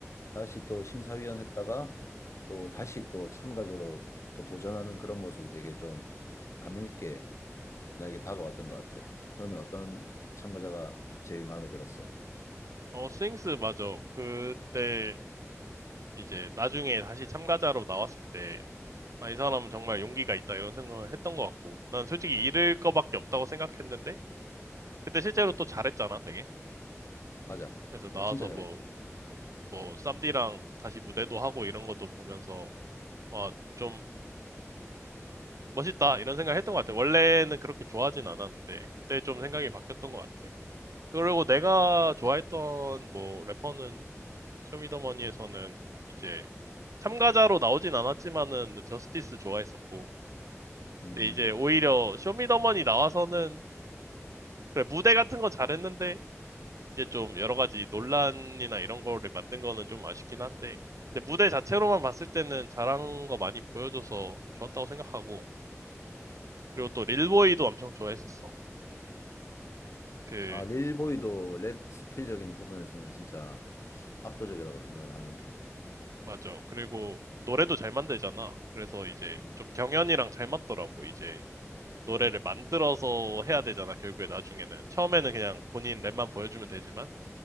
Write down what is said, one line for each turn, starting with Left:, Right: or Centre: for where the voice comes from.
Left: 다시 또 심사위원 했다가 또 다시 또 참가자로 또 도전하는 그런 모습이 되게 좀 감명 깊게 나에게 다가왔던 것 같아. 너는 어떤 참가자가 제일 마음에 들었어?
Right: 어, 스윙스 맞아. 그때 이제 나중에 다시 참가자로 나왔을 때, 아, 이 사람은 정말 용기가 있다 이런 생각을 했던 것 같고, 난 솔직히 잃을 거밖에 없다고 생각했는데, 그때 실제로 또 잘했잖아, 되게.
Left: 맞아.
Right: 그래서
Left: 뭐
Right: 나와서
Left: 진짜 잘했지.
Right: 뭐, 뭐, 쌈디랑 다시 무대도 하고 이런 것도 보면서, 와, 좀 멋있다 이런 생각을 했던 것 같아. 원래는 그렇게 좋아하진 않았는데 그때 좀 생각이 바뀌었던 것 같아. 그리고 내가 좋아했던 뭐 래퍼는 쇼미더머니에서는 이제 참가자로 나오진 않았지만은 저스티스 좋아했었고
Left: 음,
Right: 근데 이제 오히려 쇼미더머니 나와서는 그래 무대 같은 건 잘했는데 이제 좀 여러 가지 논란이나 이런 거를 만든 거는 좀 아쉽긴 한데 근데 무대 자체로만 봤을 때는 잘한 거 많이 보여줘서 좋았다고 생각하고 그리고 또 릴보이도 엄청 좋아했었어. 그
Left: 아, 릴보이도 랩 스킬적인 부분에서는 진짜 압도적이라고 생각을 하는 편이야.
Right: 맞아. 그리고 노래도 잘 만들잖아. 그래서 이제
Left: 음.
Right: 좀 경연이랑 잘 맞더라고. 이제 노래를 만들어서 해야 되잖아. 결국에 나중에는. 처음에는 그냥 본인 랩만 보여주면 되지만